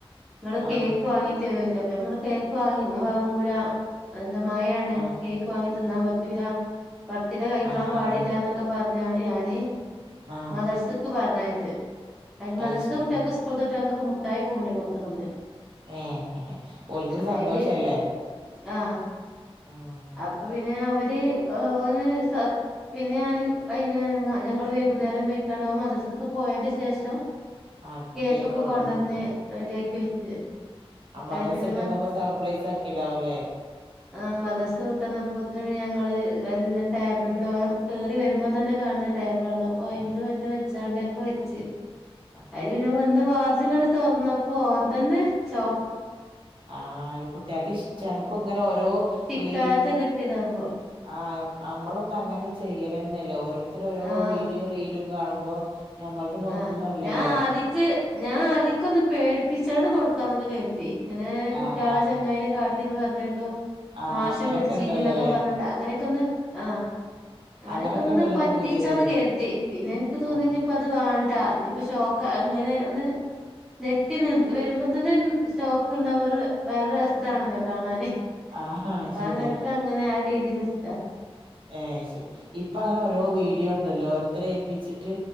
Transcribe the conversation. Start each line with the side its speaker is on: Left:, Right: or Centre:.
Centre: ഇങ്ങള്
Right: ആഹ്
Centre: കേ ക്ക് വാങ്ങിത്തരോന്നോയ്ച്ച് അപ്പോ ഞാപറഞ്ഞ് കേക്ക് വാങ്ങി വാങ്ങൂല എന്താ മയെയാണ്
Right: ആഹ്
Centre: കേക്ക് വാങ്ങി തിന്നാൻ പറ്റൂല വറത്തത് കഴിക്കാൻ
Right: ആഹ് ആഹ്
Centre: പാടില്ലാന്നൊക്കെ പറഞ്ഞാണ്ട് ഞാന്
Right: ആഹ്
Centre: മദർസക്ക് പറഞ്ഞയച്ച് അതിന് മദ്രസത്തെ
Right: അത് ശരി
Centre: കുട്ടികൾക്കും സ്കൂത്തെകുട്ടികൾക്കും മുട്ടായിയൊക്കെ കൊണ്ടോയി കൊടുത്തണ് ഇന്ന്
Right: ഏഹ് ഓൽക്കൊരു
Centre: അതില്
Right: സന്തോഷല്ലേ
Centre: ആഹ്
Right: ഉം
Centre: അപ്പൊ പിന്നെ അവര് ഓന് സ പിന്നെ ഞാനും അയിന് ഞങ്ങള് വൈകുന്നേരം പോയ്‌ക്കാണും ഓൻ മദ്രസക്ക് പോയേന്റെ ശേഷം
Right: ആഹ്
Centre: കേക്കൊക്കെ
Right: കേക്ക് കൊടുന്ന്
Centre: കൊണ്ടുന്ന് റെഡിയാക്കി വെച്ച്
Right: ആഹ് മദ്രസ
Centre: അത് പിന്നെ
Right: വിട്ട്
Centre: മ
Right: വന്നപ്പം സർപ്രൈസ് ആക്കി ഉണ്ടാവൂല്ലേ
Centre: ആഹ് മദ്ര വിട്ടന്നപ്പോത്തിനിം ഞങ്ങള് മെല്ലെ ടേബിളിന്റെ കേറി വരുമ്പോൾ തന്നെ കാണണെ ടേബിൾ ആണ് ആയിമേൽ എല്ലാം വെച്ചാണ്ട് ഒക്കെ വെച്ച്
Right: <inaudible>
Centre: അയിൽ ഇങ്ങ വന്ന് വാതിലും അങ്ങ് തുറന്നപ്പോ ഓൻ തന്നെ ഷോ
Right: ആഹ് അത് കുട്ടികൾക്ക് ഇഷ്ടാണ് ഇപ്പൊ ഇങ്ങനെ ഓരോ കി
Centre: ട്ടാതെ കിട്ടിയതാകുമ്പോ
Right: ആഹ് നമ്മളൊന്നും അങ്ങനെ ചെയ്യലൊന്നൂല്ല ഓരോരുത്തര് ഓരോ
Centre: ആഹ്
Right: വീഡിയോ റീലും കാണുമ്പോ ഞമ്മൾതൊന്നും ഒന്നും
Centre: ആഹ്
Right: അല്ലല്ലോ
Centre: ഞാൻ ആതിക്ക് ഞാൻ ആദ്യക്കൊ ഒന്ന് പേടിപ്പിച്ചാണ് കൊടുക്കാന്നൊക്കെ കരുതിയെ ഇങ്ങനെ കുട്ടികളെ
Right: ആഹ് ആഹ്
Centre: ചെങ്ങായിനെ കാ പറഞ്ഞ കേട്ടു
Right: ആഹ്
Centre: മാഷ്
Right: അങ്ങനൊക്കെ
Centre: വിളിച്ചീനി
Right: ഉണ്ടല്ലോല്ലേ
Centre: എന്നൊക്കെ പറഞ്ഞങ്ങട് അങ്ങനെയൊക്കെ ഒന്ന് ആഹ് അങ്ങനെയൊക്കെ
Right: അങ്ങനൊക്കെ
Centre: ഒന്ന്
Right: ഉണ്ടല്ലോ
Centre: പറ്റിച്ചാന്ന്
Right: ഇപ്പൊ പുതിയത്
Centre: കരുതി പിന്നെ എനിക്ക് തോന്നി
Right: ആഹ്
Centre: അത് വേണ്ട ഇപ്പൊ ഷോക്ക അങ്ങനെ ഒന്ന് നെട്ടി നി വരുമ്പോ തന്നെ ഒരു ഷോക്ക് ഉണ്ടാകും ഒരു വേറെ ഇതാണല്ലോ കാണാന്
Right: ആഹ്
Centre: ഇപ്പാ
Right: ശരിയാ
Centre: നേരൊക്ക അങ്ങനെ ആ രീതീല് വെച്ചോ
Right: ഏഹ് ശെരി ഇപ്പ അങ്ങനെ ഓരോ വീഡിയോ ഇണ്ടല്ലോ ഓരോര്ത്തെരെ ഏൽപ്പിച്ചിട്ട്